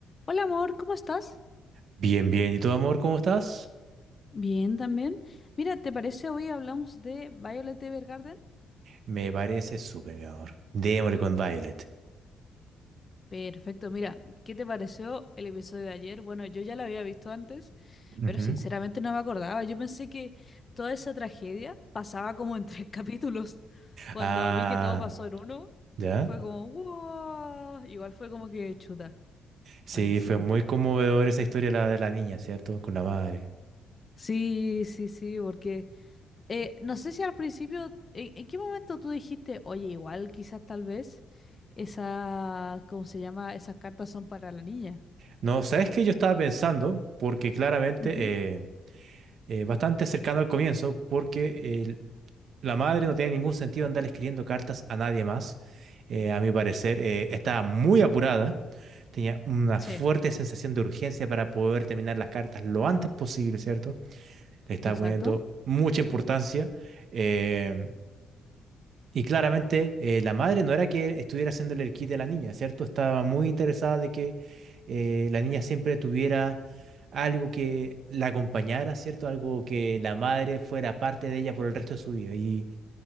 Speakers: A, on the left; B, on the right.
A: Hola amor, ¿cómo estás?
B: Bien, bien. ¿Y tú, amor, cómo estás?
A: Bien, también. Mira, ¿te parece hoy hablamos de Violet Evergarden?
B: Me parece súper, mi amor. Démosle con Violet.
A: Perfecto, mira, ¿qué te pareció el episodio de ayer? Bueno, yo ya lo había visto antes,
B: Ujú.
A: pero sinceramente no me acordaba. Yo pensé que toda esa tragedia pasaba como en tres <laughs> capítulos. Cuando
B: Ah,
A: vi que todo pasó en uno,
B: ¿ya?
A: fue como, wow, igual fue como que chuta,
B: Sí,
A: maldición.
B: fue muy conmovedora esa historia la de la niña, ¿cierto? Con la madre.
A: Sí, sí, sí, porque Eh, no sé si al principio, ¿en, en qué momento tú dijiste, oye, igual quizás tal vez esa, ¿cómo se llama? Esas cartas son para la niña.
B: No, ¿sabes qué? Yo estaba pensando, porque claramente,
A: Ujú,
B: eh, eh, bastante cercano al comienzo, porque el- la madre no tiene ningún sentido andar escribiendo cartas a nadie más. Eh, a mi parecer, eh, estaba muy apurada. Tenía una
A: Sí,
B: fuerte sensación de urgencia para poder terminar las cartas lo antes posible, ¿cierto? le estaba
A: exacto.
B: poniendo mucha importancia. eh, y claramente eh, la madre no era que estuviera haciéndole el kit a la niña, ¿cierto? Estaba muy interesada de que eh, la niña siempre tuviera algo que la acompañara, ¿cierto? Algo que la madre fuera parte de ella por el resto de su vida. Y,